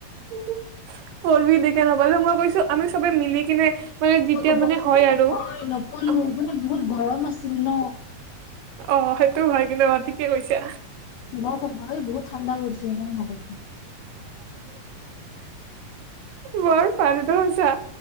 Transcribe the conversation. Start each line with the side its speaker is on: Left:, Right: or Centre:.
Right: মই কৈছো আমি চবে মিলি কিনে মানে যেতিয়া
Left: মই কব
Right: মানে হয়
Left: নহয়
Right: আৰু
Left: নকলো
Right: আম-
Left: মানে বহুত গৰম আছিল ন
Right: অ সেইটোও হয় কিন্তু অ ঠিকে কৈছা
Left: মই খবৰ বহুত ঠাণ্ডা পছে কিমান
Right: বৰ ফালটো হৈছা